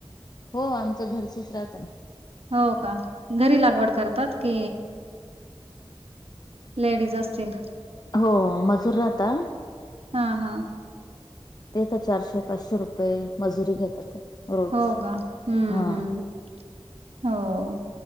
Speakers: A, on the left; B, on the right.
A: हो आमच्या घरचेच राहतात.
B: हो का घरी लागवड करतात की. लेडीज असतील.
A: हो मजूर राहता.
B: हा हा.
A: ते तर चारशे पाचशे रुपये मजुरी घेतात ते. रोज
B: हो का हम्म
A: हा.
B: हम्म हो